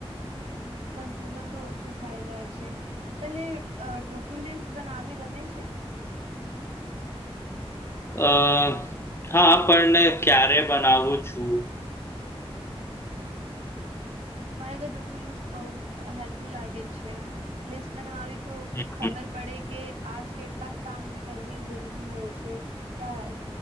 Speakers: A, on the right; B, on the left.
A: હમ કન્ફ્યુઝન તો ઓછું થાય જાય છે. તને અ ડુટુ લિસ્ટ બનાવી ગમે છે?
B: અ હા પણ ક્યારે બનાવું છું
A: હમ મને તો ડયુટુ લિસ્ટ બઉ હેલ્પફુલ લાગે છે. લિસ્ટ બનાવાયું તો
B: હમ
A: ખબર પડે કે આજ કેટલાક કામ કરવી જરૂરી હોય છે, ત્યાં